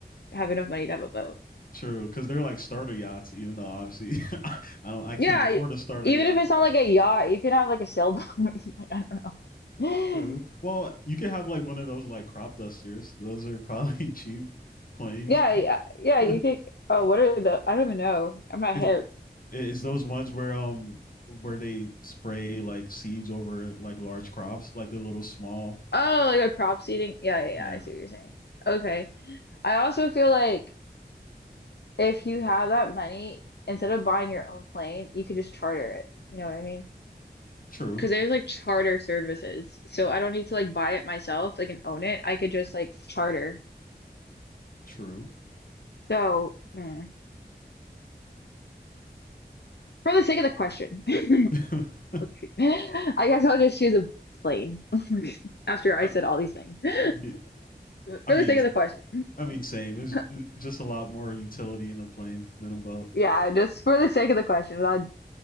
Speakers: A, on the left; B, on the left.
A: have enough money to have a boat.
B: true, because they're like starter yachts, even though obviously <laughs> I don't, I can't
A: Yeah,
B: afford
A: y-
B: a starter
A: even
B: yacht,
A: if it's not
B: but
A: like a yacht, you could have like a sailboat. <laughs> Like I don't know.
B: true.
A: <laughs>
B: Well, you could have like one of those like crop dusters. Those are probably <laughs> cheap planes.
A: Yeah,
B: <laughs>
A: yeah, yeah. You could. Oh, what are the? I don't even know. I'm not
B: it's
A: hip.
B: it's those ones where um where they spray like seeds over like large crops, like the little small.
A: Oh, like a crop seeding. Yeah, yeah,
B: Yeah.
A: yeah. I see what you're saying. Okay. I also feel like if you have that money, instead of buying your own plane, you could just charter it. You know what I mean?
B: True.
A: Because there's like charter services. So I don't need to like buy it myself, like and own it. I could just like charter.
B: True.
A: So mm, for the sake of the question, <laughs> let's
B: <laughs>
A: see. I guess I'll just choose a plane <laughs> after I
B: I,
A: said all these things. <laughs> For
B: yeah, I
A: the
B: mean,
A: sake of the question.
B: I mean, same. It's
A: <laughs>
B: just a lot more utility in a plane than a boat.
A: Yeah, just for the sake of the question, without